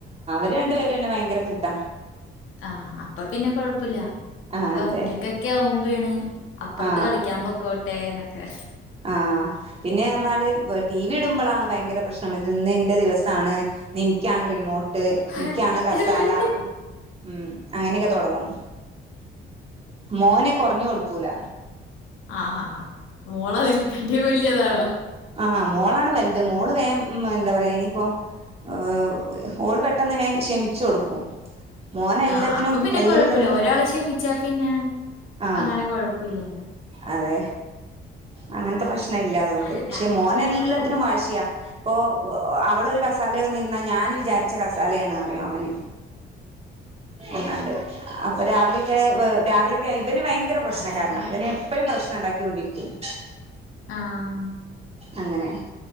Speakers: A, on the right (about 30°); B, on the left (about 85°).
A: വര് രണ്ടു പേരെന്നെ ഭയങ്കര കൂട്ടാ
B: ആ അപ്പൊപിന്നെ കൊഴപ്പുല്ല
A: ആ
B: ഇത്
A: അതെ
B: ഒറ്റക്കൊക്കെആകുമ്പേഴേണ് അപ്പറ്ത്ത്
A: ആ
B: കളിക്കാൻ പൊക്കോട്ടെന്നൊക്കെ
A: ആ പിന്നെ പറഞ്ഞാല് ടി വി ഇടുമ്പോളാണ് ഭയങ്കര പ്രശ്നം ഇന്നെന്റെ ദിവസാണ് നിക്കാണ് റിമോട്ട്
B: അടക്കല്ലേ.
A: എനിക്കാണ് കസാല ഉം അങ്ങനെയൊക്കെ തുടങ്ങും മോനെ കുറഞ്ഞു കൊടുക്കൂല
B: ആ ഹാ ആ മോള് അതിനെക്കാട്ടിയ വലിയതാണോ
A: ആഹ മോളാണ് വലുത് മോള് വേ എന്താ പറയാ ഇനിയിപ്പോൊ ഏ ഓൾ പെട്ടെന്ന് ക്ഷമിച്ചു കൊടുക്കും മോന് എല്ലാത്തിനും
B: ആഹ് അപ്പ പിന്നെ
A: എല്ലതും
B: കൊഴപ്പില്ല ഒരാള് ക്ഷമിച്ചാ പിന്നെ
A: ആഹ്
B: അങ്ങനെ കൊഴപ്പില്ലല്ല
A: അതെ അങ്ങൻത്തെ പ്രശ് ന ഇല്ലാ തുകൊണ്ട്
B: നാല്
A: പക്ഷെ
B: ചക്കര
A: മോന് എല്ലാത്തിനും
B: മോളും
A: വാശിയാ ഇപ്പൊ അവളൊരു കസാലയ വന്നിരുന്നാ ഞാൻ വിചാരിച്ച കസാലയാണ് അറിയാം അവന് ഒന്നണ്ട് അപ്പൊ രാവിലെയൊക്കെ രാവിലെയൊക്കെ ആയി അതിന് ഭയങ്കര പ്രശ്നകാരനാ
B: അമ്മയെ നോക്കണ്ട
A: അതിന് ക്ഷണണ്ടാകിക്കൊണ്ടിരിക്കുന്ന്
B: ആഹ്
A: അങ്ങനെ